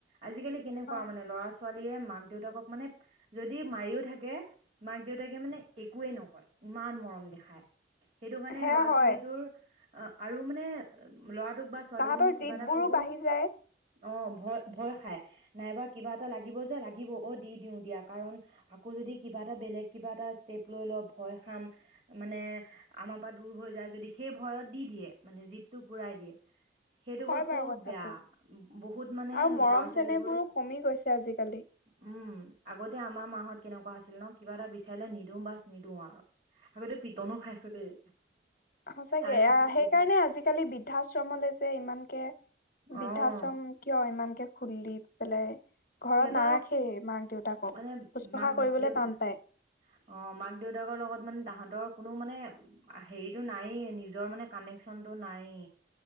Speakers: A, on the right; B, on the left.
A: আজিকালি কেনেকুৱা
B: হয়
A: মানে ল'ৰা ছোৱালীয়ে মাক দেউতাকক মানে যদি মায়িও থাকে মাক দেউতাকে মানে একোৱে নকয় ইমান মৰম দেখায়। সেইটো কাৰণে
B: সেয়া
A: ল'ৰা
B: হয়
A: ছোৱালীটোৰ অ' আৰু মানে ল'ৰাটোক বা ছোৱালীজনীক
B: তাহাঁতৰ
A: কিবা
B: জিদবোৰো
A: এটা কব
B: বাঢ়ি যায়
A: অ', ভয়-ভয় খাই। নাইবা কিবা এটা লাগিব যে, লাগিব অ', দি দিওঁ দিয়া কাৰণ আকৌ যদি কিবা এটা বেলেগ কিবা এটা ষ্টেপ লৈ ল ভয় খাম মানে আমাৰ পৰা দূৰ হৈ যায় যদি সেই ভয়ত দি দিয়ে মানে জিদটো পুৰাই দিয়ে। সেইটো
B: হয়
A: বস্তু
B: বাৰু কথাটো
A: বেয়া বহুত মানে
B: আৰু মৰম
A: ল'ৰা ছোৱালীবোৰ
B: চেনেহবোৰো কমি গৈছে আজিকালি
A: উম, আগতে আমাৰ মা কেনেকুৱা আছিল ন কিবা এটা বিচাৰিলে নিদো বাচ নিদিও আৰু আগতে পিটনো খাইছো দেই।
B: সঁচাকে
A: আমি খুব
B: সেইকাৰণে
A: পিটন
B: আজিকালি বৃদ্ধাশ্ৰমলৈ যে, ইমানকে বৃদ্ধাশ্ৰম
A: অ'
B: কিয় ইমানকে খুলি পেলাই ঘৰত
A: সিহঁতক
B: নাৰাখেই মাক দেউতাকক
A: মানে
B: শুশ্ৰূষা
A: মাক
B: কৰিবলৈ
A: দেউতা
B: টান পায়
A: অ', মাক দেউতাকৰ লগত মানে তাহাঁতক কোনো মানে হেৰিটো নাইয়ে নিজৰ মানে কানেকচনটো নায়ে